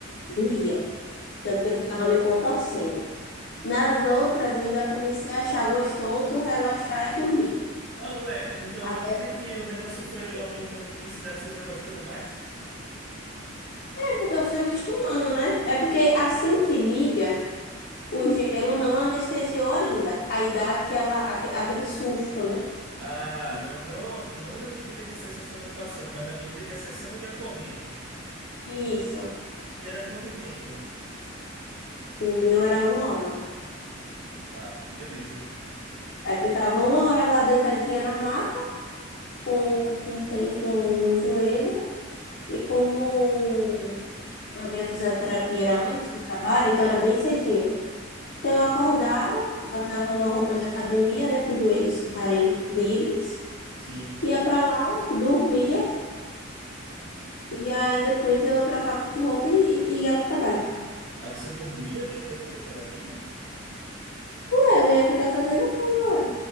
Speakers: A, on the left; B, on the right.
A: doía, tanto que eu ficava me contorcendo. Nas outras, eu já comecei a achar gostoso, relaxar e dormir.
B: Ah, ué, então
A: Até
B: à medida que o negócio foi aumentando a intensidade, você foi gostando mais?
A: é porque eu fui acostumando, né? É porque assim que liga, o gelo não anestesiou ainda. Aí dá aquela, aque- aquele susto, né?
B: Ah, não, não, não na medida que a sessão foram passando, mas na medida que a sessão ia correndo.
A: Isso.
B: E era quanto tempo?
A: O meu era uma hora.
B: Tá, beleza.
A: Aí ficava uma hora lá deitadinha na maca, com, com tens no, no joelho. E como a minha fisioterapia era antes do trabalho, então era bem cedinho. Então, eu acordava, botava uma roupa de academia, né, para os joelhos ficarem livres,
B: Sim.
A: ia para lá, dormia, e aí depois eu trocava de roupa e, e ia para o trabalho.
B: Ah, você dormia dentro da fisioterapia?
A: Ué, eu ia ficar fazendo o quê uma hora?